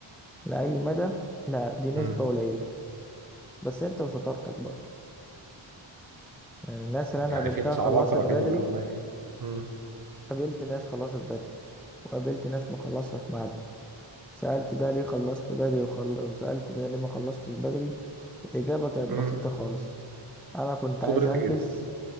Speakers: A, in the centre; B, on the right (about 45°).
A: لاي مدى لا دي نسبه
B: أمم،
A: قليله بس انت وشطارتك برضه يعني الناس
B: يعني
A: اللي انا قابلتها
B: في ناس
A: خلصت
B: عباقره
A: بدري
B: كده اللي هم ايه أمم،
A: قابلت ناس خلصت بدري وقابلت ناس مخلصة في ميعادها سألت ده ليه خلصت بدري وخل... وسألت ده ليه ما خلصتش بدري الإجابة كانت
B: أمم،
A: بسيطة خالص أنا كنت
B: قدرتي
A: عايز أنجز
B: جدا